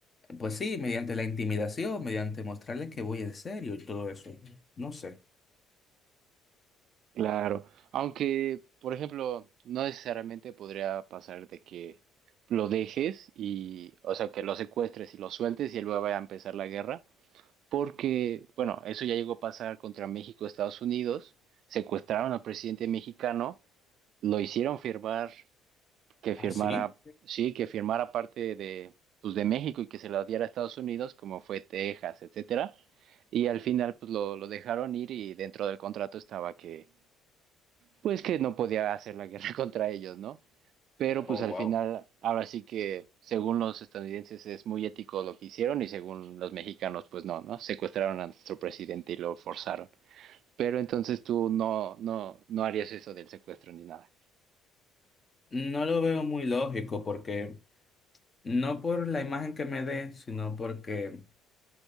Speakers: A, on the left (about 25°); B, on the right (about 60°).
A: pues sí, mediante la intimidación, mediante mostrarle que voy en serio y todo eso. No sé.
B: Claro. Aunque, por ejemplo, no necesariamente podría pasar de que lo dejes y, o sea, que lo secuestres y lo sueltes y luego vaya a empezar la guerra, porque, bueno, eso ya llegó a pasar contra México, Estados Unidos, secuestraron al presidente mexicano, lo hicieron firmar que
A: ¿Ah,
B: firmara,
A: sí?
B: sí, que firmara parte de, pues, de México y que se la diera a Estados Unidos, como fue Texas, etcétera. Y al final, pues lo, lo dejaron ir y dentro del contrato estaba que, pues que no podía hacer la guerra <laughs> contra ellos, ¿no? Pero pues
A: Oh,
B: al
A: wow.
B: final, ahora sí que según los estadounidenses es muy ético lo que hicieron y según los mexicanos, pues no, ¿no? Secuestraron a nuestro presidente y lo forzaron. Pero entonces tú no, no, no harías eso del secuestro ni nada.
A: No lo veo muy lógico porque no por la imagen que me dé, sino porque